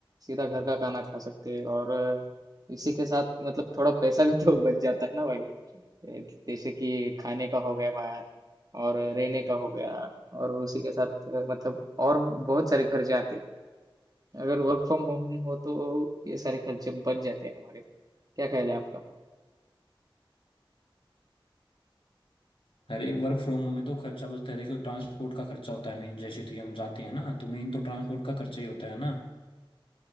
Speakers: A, on the right (about 45°); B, on the left (about 75°).
A: सीधा घर का खाना खा सकते हैं और अ, इसी के साथ मतलब थोड़ा पैसा भी तो बच जाता है ना भाई अ, जैसे कि खाने का हो गया बाहर और रहने का हो गया और उसी के साथ अ, मतलब और बहुत सारे खर्चे आते हैं। अगर वर्क फ्रॉम होम हो तो ये सारे खर्चे बच जाते हैं हमारे क्या ख्याल है आपका
B: अरे वर्क फ्रॉम होम में तो खर्चा बचता है देखो ट्रांसपोर्ट का खर्चा होता है मेन जैसे कि हम जाते हैं ना तो मेन तो ट्रांसपोर्ट का खर्चा ही होता है ना